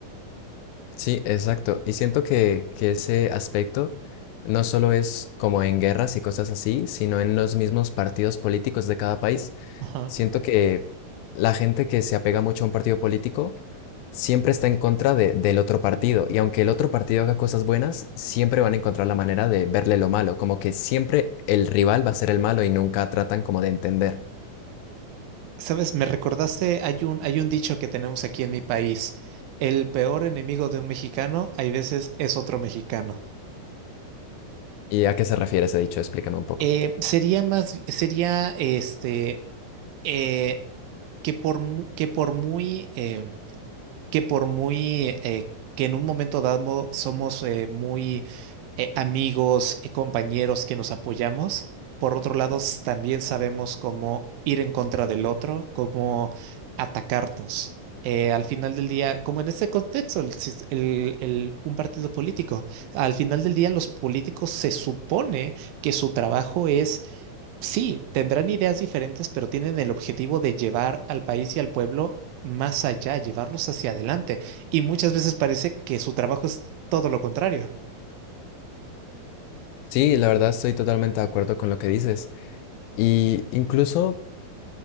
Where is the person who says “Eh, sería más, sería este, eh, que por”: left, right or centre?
Right